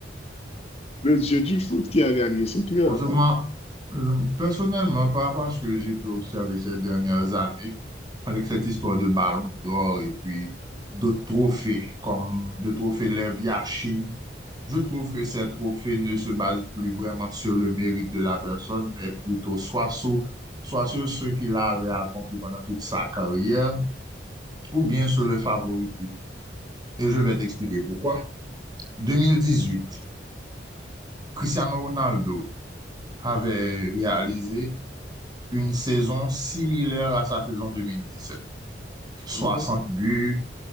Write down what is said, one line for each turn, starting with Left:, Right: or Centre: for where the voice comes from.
Left: Le dieu du foot qui a gagné, c'est clair.
Right: Parce que moi, je- personnellement, par rapport à ce que j'ai pu observer ces dernières années, avec cette histoire de Ballon d'Or et puis d'autres trophées, comme le trophée Lev Yachine, Je trouve que ces trophées ne se base plus vraiment sur le mérite de la personne, mais plutôt soit sur, soit sur ce qu'il avait accompli pendant toute sa carrière, ou bien sur le favoritisme. Et je vais t'expliquer pourquoi. 2018, Cristiano Ronaldo avait réalisé une saison similaire à sa saison 2017. 60
Left: Mhm,
Right: buts,